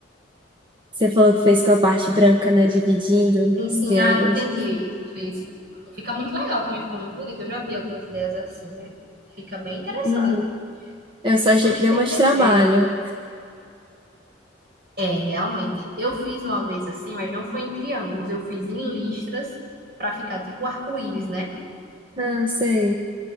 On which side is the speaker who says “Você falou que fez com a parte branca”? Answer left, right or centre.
Right